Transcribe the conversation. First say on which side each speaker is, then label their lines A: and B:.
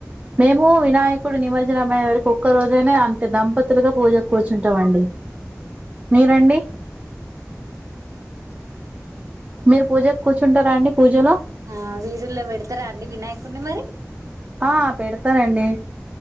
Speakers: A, on the right; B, on the right.
A: మేము వినాయక ఇప్పుడు నిమజ్జన అమైన ఒక్క రోజేనే అ టే దంపతులుగా పూజకు
B: ఉమ్
A: కూచుంటామండి మీరండి మీరు పూజకు కూ కూచుంటారా అండి పూజలో
B: ఆ వీధుల్లో పెడతారా అండి వినాయకున్ని మరి
A: ఆ పెడతారండి